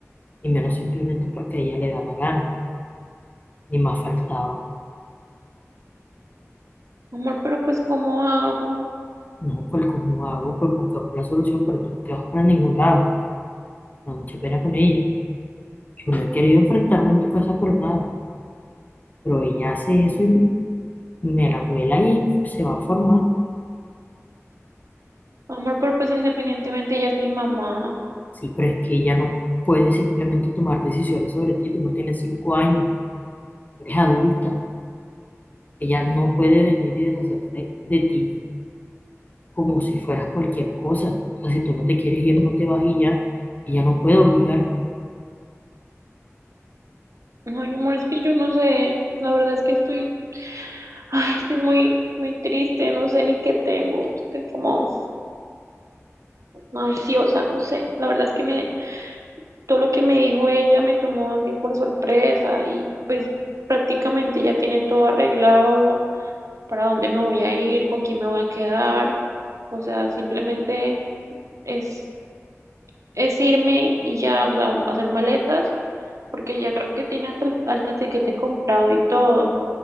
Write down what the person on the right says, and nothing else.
Amor, pero pues ¿cómo hago?
Amor, pero pues independientemente ella es mi mamá.
Ay, amor, es que yo no sé. La verdad es que estoy, ay, estoy muy, muy triste, no sé ni qué tengo. Estoy como ansiosa, no sé. La verdad es que me, todo lo que me dijo ella me tomó así por sorpresa y pues prácticamente ya tiene todo arreglado, para dónde me voy a ir, con quién me voy a quedar, o sea, simplemente es, es irme y ya, o sea, hacer maletas, porque ya creo que tiene hasta el, hasta el tiquete comprado y todo,